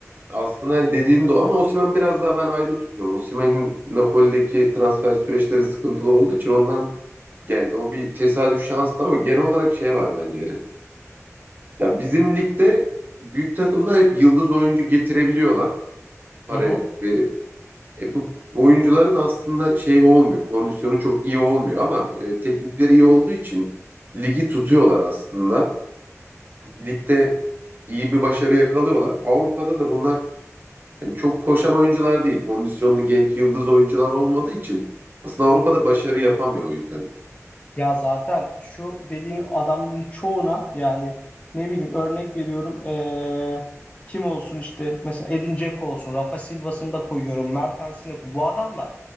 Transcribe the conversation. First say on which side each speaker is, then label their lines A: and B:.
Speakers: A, on the right; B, on the left.
A: aslında hani dediğin doğru ama Osimhen biraz daha ben ayrı tutuyorum. Osimhen'in Napoli'deki transfer süreçleri sıkıntılı olduğu için ondan geldi. O bir tesadüf şanslı ama genel olarak şey var bence Eren. Ya bizim ligde büyük takımlar hep yıldız oyuncu getirebiliyorlar para
B: Hı hı.
A: verip. E, bu oyuncuların aslında şey olmuyor, kondisyonu çok iyi olmuyor ama e, teknikleri iyi olduğu için ligi tutuyorlar aslında. Ligde iyi bir başarı yakalıyorlar. Avrupa'da da bunlar yani çok koşan oyuncular değil, kondisyonlu genç yıldız oyuncular olmadığı için aslında Avrupa'da başarı yapamıyor o yüzden.
B: Ya zaten şu dediğin adamların çoğuna yani ne bileyim örnek veriyorum eee, kim olsun işte mesela Edin Dzeko olsun Rafa Silva'sını da koyuyorum Mertens'ini bu adamlar